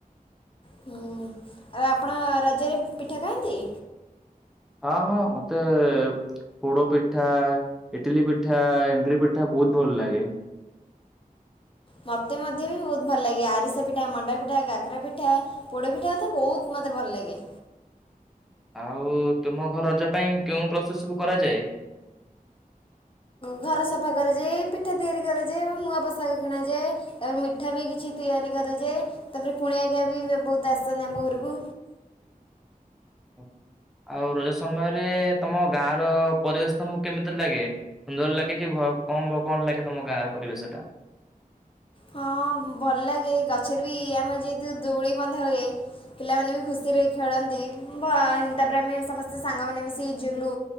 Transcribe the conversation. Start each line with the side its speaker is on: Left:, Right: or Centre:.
Left: ହୁଁ ଆଉ ଆପଣ ରଜରେ ପିଠା ଖାଆନ୍ତି?
Centre: ହଁ ହଁ ମତେ ପୋଡପିଠା ଇଟିଲିପିଠା ଏଣ୍ଡୁରିପିଠା ବହୁତ ଭଲଲାଗେ।
Left: ମତେ ମଧ୍ୟ ବି ବହୁତ ଭଲ ଲାଗେ ଆରିସା ପିଠା ମଣ୍ଡାପିଠା କାକରାପିଠା ପୋଡପିଠା ତ ବହୁତ ମତେ ଭଲ ଭ ଲାଗେ।
Centre: ଆଉ ତୁମ ଘର ରଜ ପାଇଁ କେଉ ପ୍ରୋସେସ ସବୁ କରାଯାଏ।
Left: ଘର ସଫା କରାଯାଏ ପିଠା ତିଆରି କରାଯାଏ ଏବଂ ନୂଆ ପୋଷାକ କିଣାଯାଏ ତାପରେ ମିଠା ବି କିଛି ତିଆରି କରାଯ ତାପରେ କୁଣିଆ ଘରିଆ ବି ବହୁତ ଆସିନ୍ତି ଆମ ଘରକୁ
Centre: ହଁ। ଆଉ ରଜ ସମୟରେ ତମ ଗାଁ ର ପରିବେଶ ତମକୁ କେମିତି ଲାଗେ ସୁନ୍ଦର ଲାଗେ କି ଭ କମ ବ କଣ ଲାଗେ ତମ ଗାଁର ପରିବେଶ ଟା।
Left: ହଁ ଭଲ ଲାଗେ ଗଛରେ ବି ଆମେ ଯେହେତୁ ଦୋଳି ବନ୍ଧା ହୁଏ ପିଲାମାନେ ବି ଖୁସିରେ ଖେଳନ୍ତି ତାପରେ ସମସ୍ତେ ସାଙ୍ଗ ମାନେ ମିସିକି ଝୁଲୁ।